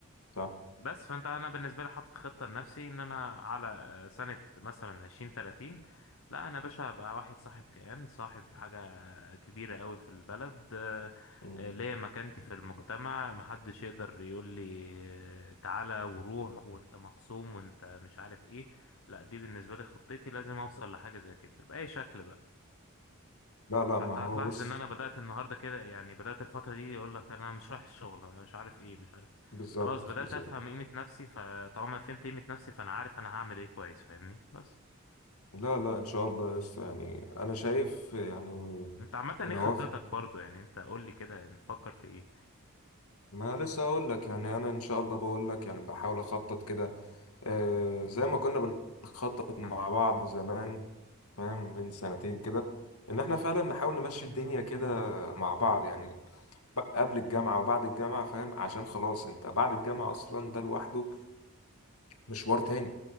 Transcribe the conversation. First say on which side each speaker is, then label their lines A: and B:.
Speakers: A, on the left (about 80°); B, on the left (about 60°).
A: صح
B: بس فانت انا بالنسبه لي حاطط خطه لنفسي ان انا على آه، سنه مثلا 20 30 لا انا يا باشا هبقى واحد صاحب كيان صاحب حاجه كبيره قوي في البلد آه،
A: مم.
B: آه، ليا مكانتي في المجتمع محدش يقدر يقول لي آه، تعالى وروح وانت مخصوم وانت مش عارف ايه لا دي بالنسبه لي خطتي لازم اوصل لحاجه زي كده باي شكل بقى
A: لا لا
B: حتى
A: ما هو
B: هتلاحظ
A: بص
B: ان انا بدأت النهارده كده يعني بدأت الفترة دي اقول لك انا مش رايح الشغل انا مش عارف ايه مش عارف
A: بالظبط
B: خلاص بدأت
A: بالظبط
B: افهم قيمة نفسي فطالما فهمت قيمة نفسي فانا عارف انا هعمل ايه كويس فاهمني بس
A: لا لا ان شاء الله يس يعني انا شايف يعني
B: انت عامة ايه
A: ان
B: خطتك
A: هو
B: برضو يعني انت قول لي كده مفكر في ايه
A: ما لسه اقول لك يعني انا ان شاء الله بقول لك يعني بحاول اخطط كده آه زي ما كنا بنخطط مع بعض زمان فاهم من سنتين كده ان احنا فعلا نحاول نمشي الدنيا كده مع بعض يعني ب- قبل الجامعة وبعد الجامعة فاهم عشان خلاص انت بعد الجامعة اصلا ده لوحده مشوار تاني